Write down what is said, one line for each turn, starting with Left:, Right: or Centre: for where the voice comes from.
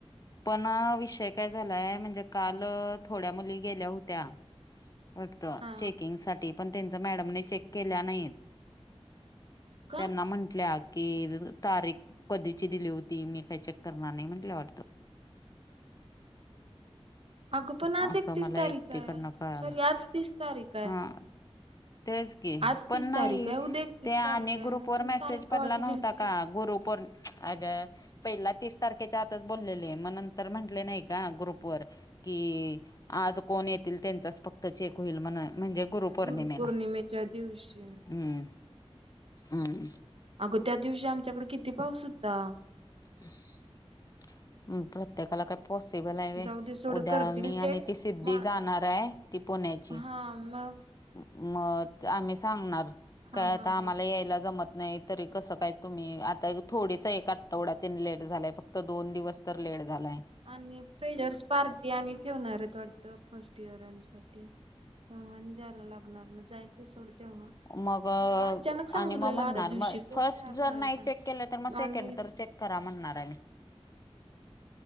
Left: पण विषय काय झालायं, म्हणजे काल थोड्या मुली गेल्या होत्या वाटत
Right: हा
Left: चेकिंग साठी. पण त्यांचा मॅडम चेक केल्या नाही,
Right: का
Left: त्यांना म्हंटल्या कि तारीख कधीची दिली होती, मी काही चेक करणार नाही म्हंटलं. ह
Right: अगं पण आज
Left: <inaudible> असं
Right: एकतीस
Left: मला
Right: तारीख
Left: एकटी
Right: आहे
Left: कडनं कळालं,
Right: सॉरी आज तीस तारीख आहे
Left: हा. तेच कि
Right: आज
Left: पण
Right: तीस
Left: नाही
Right: तारीख आहे उद्या एकतीस
Left: ते आणि
Right: तारीख आहे
Left: ग्रुप
Right: मग
Left: वर
Right: तिनं
Left: मेसेज
Right: तारीख
Left: पडला
Right: कवाची
Left: नव्हता
Right: दिलती
Left: का गुरुपोर अगं पहिला तीस तारखेच्या आतच बोललेले ये, मग नंतर म्हंटले नाही का ग्रुप वर. कि आज कोण येतील त्यांचाच फक्त चेक होईल, म्हण म्हणजे गुरुपौर्णिमेला,
Right: गुरुपौर्णिमेच्या दिवशी
Left: हम्म- हम्म.
Right: अगं त्या दिवशी आमच्याकडे किती पाऊस हुता.
Left: ह <inaudible> हम् प्रत्येकाला काय पॉसिबल हाय व्हय,
Right: जाऊ दे सोड
Left: उद्या
Right: करतील
Left: मी आणि
Right: चेक
Left: ती सिद्धी
Right: म
Left: जाणार आहे, ती पुण्याची
Right: हा मग
Left: मग आम्ही सांगणार
Right: हा
Left: काय आता
Right: हा हा
Left: आम्हाला यायला जमत नाही तरी कसं काय तुम्ही आता थोडीच एक आठवडा लेट झालाय फक्त दोन दिवस तर लेट झालाय.
Right: आणि प्रेशर्स पार्टी आणि ठेवणार आहे, वाटतं फर्स्ट इयरानं साठी. चनज <unintelligible> लागणार मग जायचं सोड तेव्हा,
Left: मग
Right: खरं अचानक सांगितलेलं
Left: आणि मग म्हणणार
Right: आ दिवशी.
Left: मग
Right: कोण
Left: फर्स्ट
Right: तयार
Left: जर
Right: होणार
Left: नाही
Right: सांग
Left: चेक केलं तर मग सेकंड
Right: आणि
Left: तर चेक करा म्हणणार आहे मी.